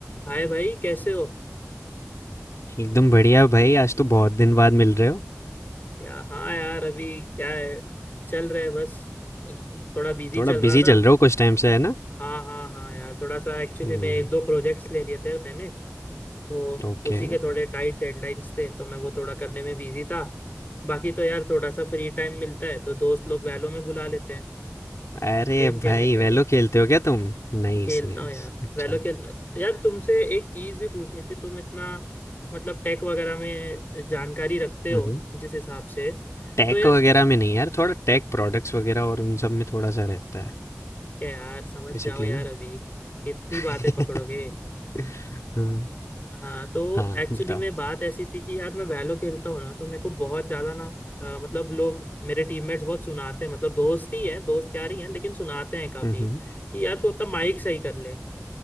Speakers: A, on the left; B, on the left.
A: हाय भाई कैसे हो
B: एकदम बढ़िया भाई आज तो बहुत दिन बाद मिल रहे हो
A: या हाँ यार अभी क्या है चल रहे है बस थोड़ा बिजी
B: थोड़ा
A: चल रहा
B: बिजी
A: था
B: चल रहे हो कुछ टाइम से है ना
A: हाँ हाँ हाँ यार थोड़ा सा एक्चुअली
B: हम्म
A: मैं एक दो प्रोजेक्ट्स ले लिए थे मैंने तो
B: ओके
A: उसी के थोड़े टाइट डेडलाइंस थे तो मैं वो थोड़ा करने में बिजी था बाकी तो यार थोड़ा सा फ्री टाइम मिलता है तो दोस्त लोग वैलो में बुला लेते हैं
B: अरे
A: गेम खेलने
B: भाई
A: के
B: वेलो
A: लिए
B: खेलते हो क्या तुम Nice
A: खेलता
B: nice
A: हूँ यार
B: अच्छा
A: वैलो खेल यार तुमसे एक चीज भी पूछनी थी तुम इतना मतलब टेक वगैरह में जानकारी रखते हो
B: हम्म
A: जिस हिसाब से
B: टेक
A: तो यार
B: वगैरह में नहीं यार थोड़ा टेक प्रोडक्ट्स वगैरह और उन सब में थोड़ा सा रहता है
A: क्या यार समझ
B: बेसिकली
A: जाओ यार
B: ना
A: अभी इतनी
B: <laughs>
A: बातें पकड़ोगे
B: हाँ
A: हाँ तो
B: हाँ,
A: एक्चुअली
B: बताओ
A: में बात ऐसी थी कि यार मैं वैलो खेलता हूँ ना तो मेरे को बहुत ज्यादा ना अ, मतलब लोग मेरे टीममेट्स बहुत सुनाते हैं मतलब दोस्त ही हैं दोस्त यार ही हैं लेकिन सुनाते हैं काफी
B: हम्म
A: कि यार तू अपना माइक सही कर ले